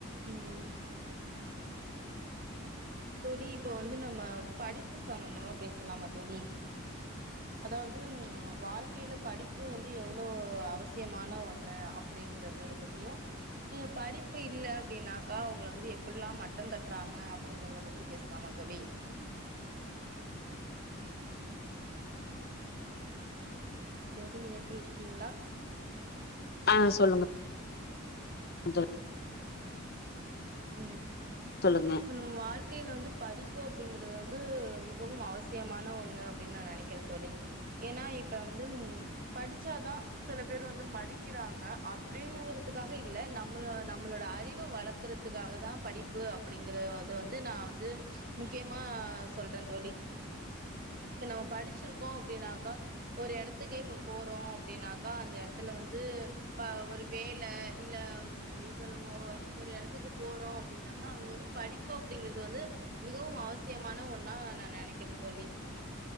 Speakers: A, on the right; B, on the left.
A: ம் தோழி இப்ப வந்து நம்ம படிப்பு சம்பந்தமா பேசலாமா தோழி அதாவது ம் வாழ்க்கைகேல படிப்பு வந்து எவ்ளோ அவசியமான ஒண்ணு அப்டிங்கறது பத்தியு படிப்பு இல்லன்னாக்கா அவங்கள வந்து எப்புலா மட்டம் தட்டுறாங்க அப்டிங்கறத பத்தி பேசலாமா தோழி தோழி இணைப்பில் இருக்கீங்ளா
B: அ சொல்லுங்க அந்த
A: ம்
B: சொல்லுங்க
A: முன்னோ வாழ்க்கைல வந்து படிப்பு அப்டிங்கிறது வந்து முன்னு மிகவும் அவசியமான ஒண்ணு அப்டின்னு நா நெனைக்கிற தோழி ஏன்னா இப்ப வந்து படிச்சாதா சில பேர் வந்து மதிக்கிறாங்க அப்டிங்கதுக்காக இல்ல நம்மளோ நம்மளோட அறிவு வளர்க்க த்துக்காக தா படிப்பு அப்டிங்கற வந்து நா வந்து முக்கியமா சொல்ற தோழி இப்ப நம்ம படிச்சிருக்கோ அப்டினாக்கா ஒரு எடத்துக்கே இப்போப் போறோ அப்டினாக்கா அந்த எடத்துல வந்து பா ஒரு வேல இல்ல ம் அ இப்போ நம்ம ஓ ஆ ஒரு எடத்துக்கு போறோ அப்டின்னாக்கா அங்க வந்து படிப்பு அப்டிங்கிறது வந்து மிகவும் அவசியமான ஒண்ணா நா நெனைக்கிற தோழி